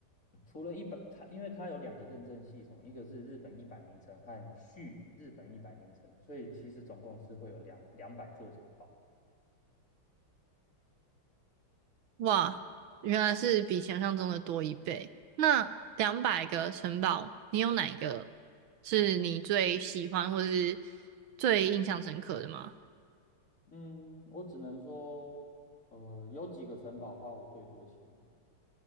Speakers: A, on the left; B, on the right.
A: 除了一百，它因为它有两个认证系统，一个是日本一百名城和续日本一百名城，所以其实总共是会有两两百座城堡。
B: 哇，原来是比想象中的多一倍。那两百个城堡，你有哪一个是你最喜欢或者是最印象深刻的吗？
A: 嗯，我只能说，呃，有几个城堡花我最多钱，